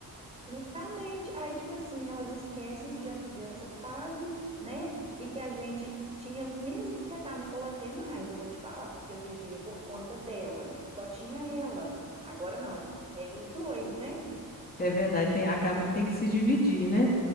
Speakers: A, on the right; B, on the left.
A: Justamente, aí tipo assim, elas esquecem que já viveu essa fase, né? E que a gente tinha os mesmos tratamentos, ou até mais, eu vou te falar, porque eu vivia por conta dela, só tinha ela. Agora não, a gente tem os dois, né?
B: É verdade, tem, acaba que tem que se dividir, né?